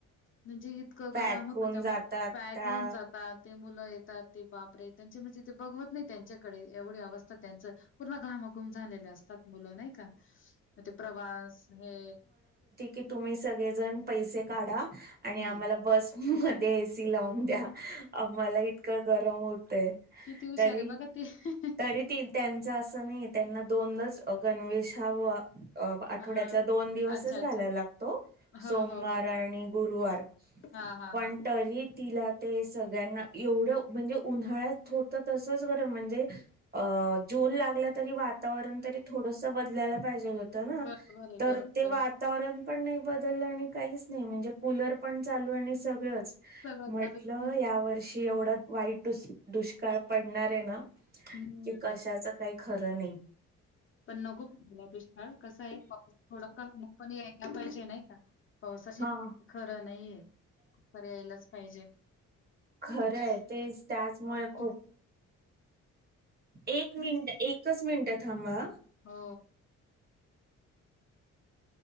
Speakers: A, on the left; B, on the right.
A: म्हणजे? इतकं
B: पॅक
A: गरम होतं,
B: होऊन
A: त्यामुळे
B: जातात
A: पॅक
B: त्या
A: होऊन जात ते मुलं येतात ते बापरे त्यांचे म्हणजे, ते बघवत नाही त्यांच्याकडे एवढी अवस्था त्यांच पूर्ण घामाघूम झालेले, असतात मुलं नाही का म ते प्रवास हे
B: कि, तुम्ही सगळेजण पैसे काढा आणि
A: हम्म
B: आम्हाला बस मध्ये एसी लावून द्या. म्हाला इतकं गरम होतय,
A: किती हुशार
B: तरी
A: आहे बघा ते <unintelligible>
B: तरी त त्यांच असं नाही, त्यांना दोनच गणवेश हव आठवड्यातला
A: हा
B: दोन दिवसच
A: अच्छा अच्छा
B: घालायला लागतो,
A: हो
B: सोमवार
A: हो हो
B: आणि गुरुवार.
A: हा हा
B: पण
A: हा
B: तरी तिला ते सगळ्यांना एवढं म्हणजे उन्हाळ्यात होतं तसच, बरं म्हणजे अ, जून लागला तरी वातावरण तरी थोडस बदलायला पाहिजे ना
A: बरोबर आहे
B: तर
A: बरोबर
B: ते वातावरण
A: आहे
B: पण नाही बदललं आणि काहीच नाही म्हणजे कूलर पण, चालू आणि सगळंच
A: सगळं
B: म्हटलं
A: चालू म्हणजे
B: या वर्षी एवढा, वाईट डुष दुष्काळ पडणार आहे ना?
A: हम्म
B: कि, कशाच काही खरं नाही.
A: पण नको ओला दुष्काळ कसा आहे, पाऊस थोडा कमी पण यायला पाहिजे नाही का? पावसाशी
B: हा
A: खरं नाहीये, खरं यायलाच पाहिजे.
B: खरंय तेच त्याचमुळे
A: हो
B: खूप एक मिनट, एकच मिनिट थांबा हा.
A: हो